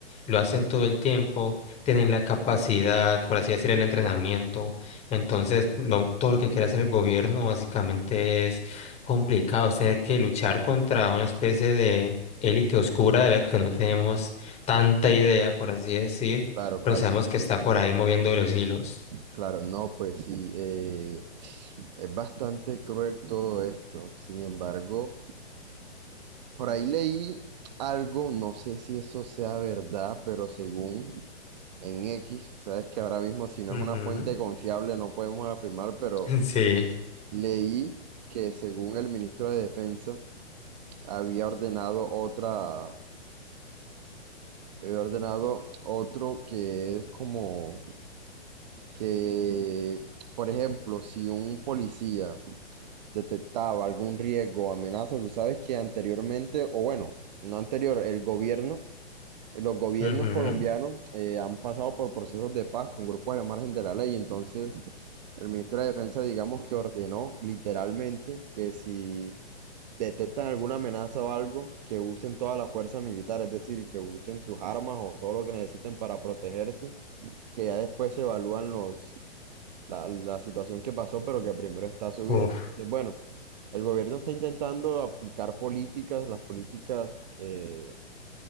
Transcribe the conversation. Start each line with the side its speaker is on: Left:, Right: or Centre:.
Left: Lo hacen
Right: claro,
Left: todo el tiempo, tienen la capacidad, por así decir, el entrenamiento. Entonces, lo- todo lo que quiere hacer el gobierno básicamente es complicado, es tener que luchar contra una especie de élite oscura de la que no tenemos tanta idea, por así decir,
Right: claro, claro,
Left: pero sabemos que está por ahí moviendo los hilos.
Right: claro. No, pues sí, eh, es bastante cruel todo esto. Sin embargo, por ahí leí algo, no sé si eso sea verdad, pero según en X, sabes que ahora mismo si no
Left: Ujú,
Right: es una fuente confiable no podemos afirmar, pero
Left: <laughs> Sí.
Right: leí que según el ministro de Defensa había ordenado otra, había ordenado otro que es como que, por ejemplo, si un policía detectaba algún riesgo o amenaza, tú sabes que anteriormente, o bueno, no anterior, el gobierno los gobiernos
Left: ujú,
Right: colombianos eh, han pasado por procesos de paz con grupos al margen de la ley. Entonces, el ministro de Defensa, digamos que ordenó literalmente que si detectan alguna amenaza o algo, que usen toda la fuerza militar, es decir, que usen sus armas o todo lo que necesiten para protegerse, que ya después se evalúan los, la, la situación que pasó, pero que primero está su
Left: Uf.
Right: vida. Entonces, bueno, el gobierno está intentando aplicar políticas, las políticas. eh,